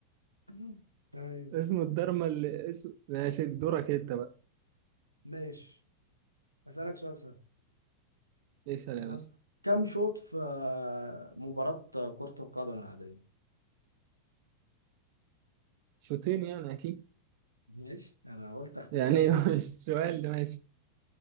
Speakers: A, on the right; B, on the right.
A: <clears throat> <laughs> تمام
B: اسمه الدرما اللي اسمه ماشي دورك انت بقى
A: ماشي اسالك سؤال سهل
B: اسأل
A: تمام
B: يا باشا
A: كم شوط في آه، مباراة كرة القدم العادية
B: شوطين يعني اكيد
A: ماشي انا قلت اختبرك
B: يعني <laughs> هو
A: بس
B: السؤال ده ماشي